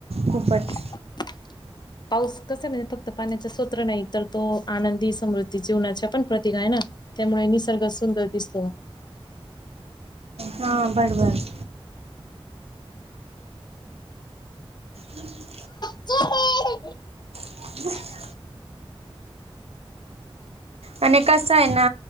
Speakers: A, on the right (about 85°); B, on the left (about 45°).
A: खूपच.
B: <inaudible> पाऊस कसा म्हणजे फक्त पाण्याच्या सोत्र नाही तर तो आनंदी समृद्धी जीवनाचे पण प्रतीक आहे ना? त्यामुळे निसर्ग सुंदर दिसतो.
A: हां बर बर. हम्.
B: हं हं.
A: <inaudible>
B: <inaudible>
A: आणि कसं ना